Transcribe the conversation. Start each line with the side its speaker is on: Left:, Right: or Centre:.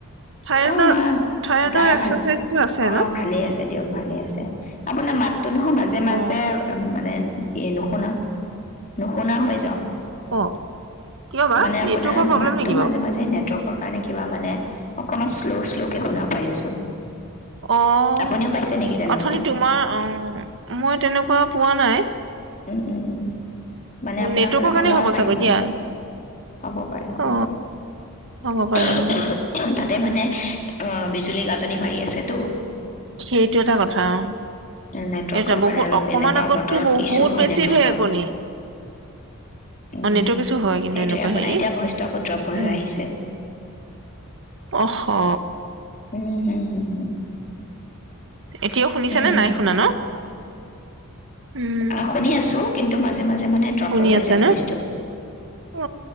Right: থাইৰডৰ
Left: অ', মা
Right: থাইৰডৰ
Left: গা
Right: এক্সাৰচাইজটো
Left: ভাল
Right: আছে
Left: অ',
Right: ন
Left: ভালেই আছে দিয়ক, ভালে আছে। আপোনাৰ মাত তটো নহয় মাজে মাজে
Right: অ
Left: উ মানে এ নুশুনা-নুশুনা হয় যাওঁ।
Right: অ কিয় বা
Left: মানে আপোনাৰ
Right: নেটৱৰ্কৰ প্ৰব্লেম
Left: মাতটো
Right: নেকি বাৰু
Left: মাজে মাজে নেটৱৰ্ক কিবা মানে অকমান শ্ল' শ্ল' কে শুনা পাই আছো।
Right: অ',
Left: আপুনিও পাইছে নেকি তেনেকুৱা
Right: অথনি তোমাৰ, অ, মই তেনেকুৱা পোৱা নাই।
Left: উম, উম, উম,। মানে আপোনাৰ
Right: নেটৱৰ্কৰ
Left: ফালৰ পৰা
Right: কাৰণে
Left: মই
Right: হ'ব
Left: পাইছো
Right: চাগৈ
Left: মানে
Right: দিয়া
Left: তেনেকুৱা হ'ব পাৰে, হ'ব
Right: অ
Left: পাৰে,
Right: হ'ব পাৰে
Left: উমহ
Right: অ
Left: উমহ উমহ তাতে মানে অ, বিজুলী গাজনি মাৰি আছে টো।
Right: সেইটো এটা কথা অ
Left: নেটৱৰ্কৰ
Right: এটা
Left: কাৰণে
Right: বহুত,
Left: অলপ
Right: অকমান
Left: এনেকুৱা
Right: আগতটো
Left: বতৰত
Right: বহুত
Left: ইছ্যু হয়
Right: বেছি
Left: নেটৱৰ্কৰ
Right: ঢেৰকণী
Left: উম
Right: অ নেটৱৰ্ক ইছু হয় কিন্তু
Left: সেইটোয়ে
Right: এনেকুৱা
Left: আপোনাৰ
Right: হেৰিত
Left: এতিয়া ভইচটো আকৌ ড্ৰপ হৈ
Right: উম
Left: হৈ আহিছে
Right: অহ হ
Left: উম', হম, হুম, হম।
Right: এতিয়াও শুনিছা
Left: উম,
Right: নে, নাই শুনা ন? উম
Left: অহ শুনি আছো, কিন্তু মাজে মাজে মানে ড্ৰপ
Right: শুনি
Left: হৈ হৈ
Right: আছা
Left: যায়
Right: ন
Left: ভইচটো।
Right: অ